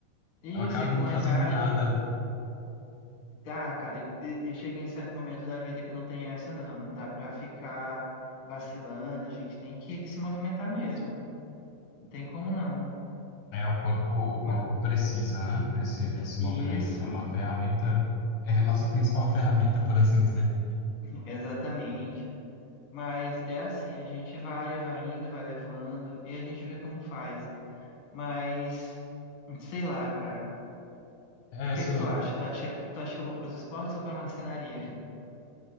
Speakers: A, on the left; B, on the left.
A: Isso,
B: eu acabo
A: e com
B: não
A: a
B: fazendo
A: idade.
B: nada.
A: Dá, cara, e, e- e chega em certo momento da vida que não tem essa, não. Não dá pra ficar vacilando, a gente tem que se movimentar mesmo. Não tem como não.
B: É, o corpo, o
A: Ma-
B: corpo precisa, né? Desse, desse movimento.
A: isso,
B: É uma ferramenta, é a nossa principal <laughs> ferramenta, por assim dizer.
A: exatamente. Mas é assim, a gente vai, vai indo, vai levando e a gente vê como faz. Mas sei lá, cara.
B: É,
A: O que
B: se
A: é que
B: eu,
A: tu acha? Tu acha que tu acha que eu vou pros esportes ou pra marcenaria? <laughs>